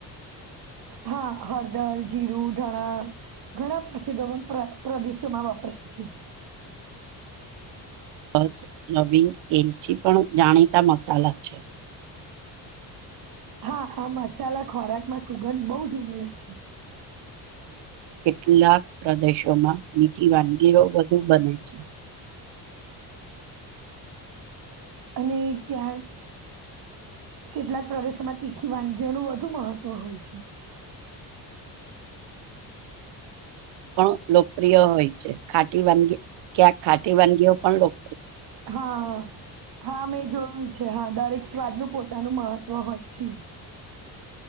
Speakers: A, on the right; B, on the right.
A: હા હળદર, જીરું, ધાણા ઘણા પ્રસિદો પ્ર પ્રદેશોમાં વપરાય છે.
B: તજ, લવિંગ, એલચી પણ જાણીતા મસાલા છે.
A: હા આ મસાલા ખોરાક માં સુગંધ બહુજ ઉમેરે છે.
B: કેટલાક પ્રદેશોમાં નીતિ વાનગીઓ વધુ બને છે.
A: અને ક્યાંક કેટલાક પ્રદેશોમાં તીખી વાનગીઓનું વધુ મહત્વ હોય છે.
B: પણ લોકપ્રિય હોય છે, ખાટી વાનગી ક્યાંક ખાટી વાનગીઓ પણ લોક
A: હા હા મેં જોયું છે, હા દરેક સ્વાદનું પોતાનું મહત્વ હોય છેજ